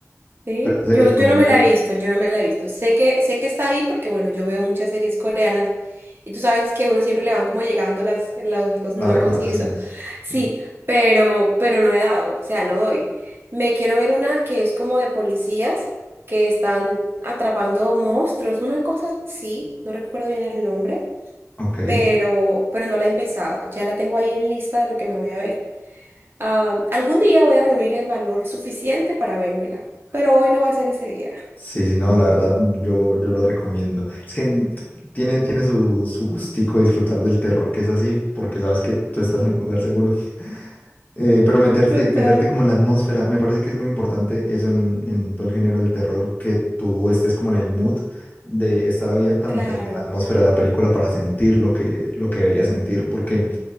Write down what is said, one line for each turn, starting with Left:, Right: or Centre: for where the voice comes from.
Right: ¿Sí?
Left: Pero la
Right: Yo,
Left: serie fue
Right: yo
Left: muy
Right: no me
Left: buena.
Right: la he visto, yo no me la he visto. Sé que, sé que está ahí porque, bueno, yo veo muchas series coreanas y tú sabes que a uno siempre le van como llegando las, los, los
Left: Las
Right: nuevos
Left: recomendaciones.
Right: y eso. Sí,
Left: Sí.
Right: pero, pero no he dado, o sea, no doy. Me quiero ver una que es como de policías que están atrapando monstruos, una cosa así, no recuerdo bien el nombre,
Left: Ok.
Right: pero, pero no la he empezado. Ya la tengo ahí en lista de lo que me voy a ver. Ah, algún día voy a reunir el valor suficiente para vérmela, pero hoy no va a ser ese día.
Left: Sí, sí, no, la verdad yo, yo lo recomiendo. Es que mm, tiene, tiene su, su gustico disfrutar del terror que es así, porque sabes que tú
Right: Sí.
Left: estás en un lugar seguro. <laughs> Eh, pero meterte,
Right: Total.
Left: meterte como en la atmósfera, me parece que es muy importante eso en, en todo el género del terror, que tú estés como en el mood de estar abierta a
Right: Claro.
Left: meterte en la atmósfera de la película para sentir lo que, lo que deberías sentir, porque